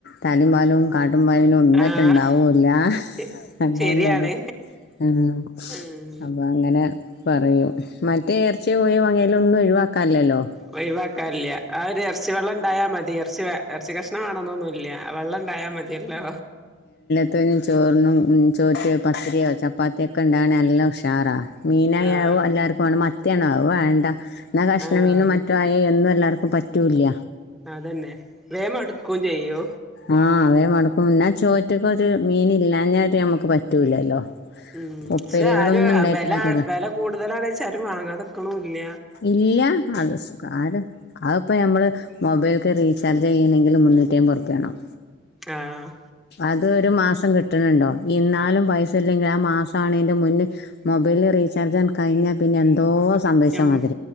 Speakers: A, on the left; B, in the centre.
A: തലിം വാലും കാട്ടുമ്പോ അയിന് ഒന്നേറ്റ
B: ആഹ്
A: ഇണ്ടാവൂല്ല
B: ശെ
A: എന്താ
B: ശരിയാണ്
A: ഇല്ലത് ഉം
B: ഉം
A: അപ്പൊ അങ്ങനെ പറയും മറ്റേ ഇറച്ചി കോഴോ വാങ്ങിയലു ഒന്നും ഒഴിവാക്കാല്ലല്ലോ
B: ഒഴിവാക്കാൻല്ല്യ ആ ഒരു ഇറച്ചി വെള്ളം ഉണ്ടായാ മതി ഇറച്ചി ഇറച്ചി കഷ്ണം വേണെന്നൊന്നുല്ല വെള്ളണ്ടയാമതിയല്ലോ
A: ഇത്തനും ചോറിനും ചോറ്റയോ പത്തിരിയോ ചപ്പാത്തിയൊക്കെ ഉണ്ടാവാന് എല്ലാം ഉഷാറാ മീനായവു
B: ആഹ്
A: എല്ലാവർക്കും വാണം മത്തിയാണോ ആവുവണ്ട എന്ന കഷ്ണ
B: ആഹ്
A: മീനും മറ്റു ആയ എന്നും എല്ലാവർക്കും പറ്റൂല്ല
B: അതന്നെ വേം മടുക്കും ചെയ്യൂ
A: ആഹ അവേ മടക്കും എന്നാ ചോറ്റിക്ക് ഒരു മീൻ ഇല്ലാനാ നമ്മക്ക് പറ്റൂലല്ലോ.
B: ഉം
A: ഉപ്പേരികളൊന്നും
B: പക്ഷെ ആര്
A: ഉണ്ടായിട്ട്
B: വെല
A: കാര്യല്ല
B: വെല കൂടുതലാണ് വെച്ചാലും ആരും വാങ്ങാതെക്ക്ണുല്ല.
A: ഇല്ല അത് സുഖാ ആരും അത് ഇപ്പൾ നമ്മള് മൊബൈലക്ക് റീചാർജ് ചെയ്യണെങ്കിൽ മുന്നൂറ്റി അമ്പത് റുപ്പ്യയാണം.
B: ആഹ്
A: അത് ഒരു മാസം കിട്ടണുണ്ടോ ഇന്നാലും പൈസ ഇല്ലെങ്കിൽ ആ മാസവുണിന്റെ മുന്നേ മൊബൈൽ റീചാർജ് കഴിഞ്ഞാൽ പിന്നെ എന്തോ സന്ദേശം
B: ഞം
A: സംഭവിച്ചാമതി